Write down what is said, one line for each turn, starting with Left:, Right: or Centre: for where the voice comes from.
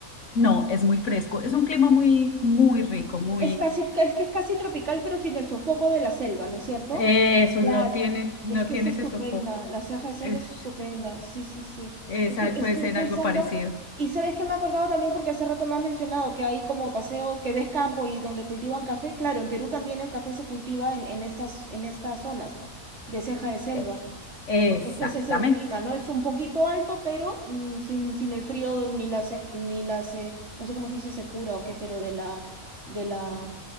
Left: no, es muy fresco, es un clima muy, muy rico,
Right: Es,
Left: muy...
Right: es casi, es que es casi tropical, pero sin el sofoco de la selva, ¿no es cierto?
Left: Eso,
Right: Claro,
Left: no tiene, no
Right: es que
Left: tiene
Right: es estupenda,
Left: ese sofoco.
Right: la ceja de selva
Left: Es,
Right: es estupenda, sí, sí, sí.
Left: esa
Right: Estoy, estoy
Left: puede ser
Right: pensando,
Left: algo parecido.
Right: y sabes que me he acordado también porque hace rato me has mencionado que hay como paseos que ves campo y donde cultivan café, claro, en Perú también el café se cultiva en, en estas, en estas zonas de ceja de selva.
Left: Eh, Exactamente.
Right: Porque es que ese es el clima, ¿no? Es un poquito alto, pero mm, sin, sin el frío ni la sec- ni la se- no sé cómo se dice secura o qué, pero de la de la